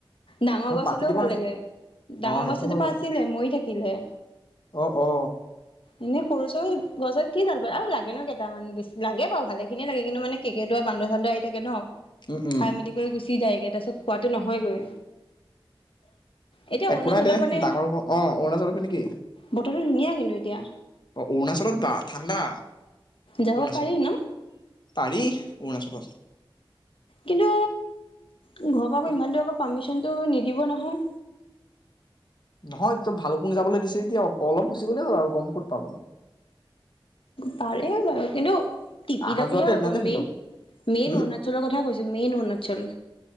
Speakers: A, on the left; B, on the left.
A: ডাঙৰ
B: ন
A: গছ
B: পাতি
A: হ'লেও
B: দিব
A: ভাল লাগে। ডাঙৰ
B: অ সেইটো
A: গছ এজোপা
B: হয় বাৰু
A: আছিলে, মৰি থাকিলে।
B: অ অ
A: এনেই সৰু চৰু গছডালত কি জাল পাতিবা আৰু লাগেনো কেইটা মানে বেছি লাগে বাৰু ভালে খিনিয়ে লাগে কিন্তু মানে কেৰকেটোৱা বান্দৰ-চান্দৰ আহি থাকে ন'। খাই
B: উম উম
A: মেলি কৰি গুছি চি যায়গে তাৰপিছত খোৱাটো নহয়গৈ। এতিয়া
B: একো
A: অৰুণাচলৰ
B: নাই দে
A: মানে
B: ডাঙৰ অ অৰুণাচলৰ পৰা নেকি?
A: বতৰটো ধুনীয়া কিন্তু এতিয়া
B: অ অৰুণাচলত বা ঠাণ্ডা।
A: যাব
B: অৰুণাচলত
A: পাৰি ন?
B: পাৰি অৰুণাচলত।
A: কিন্তু, ঘৰৰ পৰা আকৌ ইমান দূৰ আকৌ পাৰ্মিচনটো নিদিব নহয়।
B: নহয় তোক ভালুকপুঙ যাবলৈ দিছে যেতিয়া অলপ গুচি গ'লেই হ'ল আৰু গম ক'ত পাব।
A: পাৰি বাৰু কিন্তু টিপিলৈকেহে
B: অহা যোৱাটো এদিনতে হৈ
A: মেইন।
B: যাব
A: মেইন
B: হুম
A: অৰুণাচলৰ কথা কৈছো, মেইন অৰুণাচল।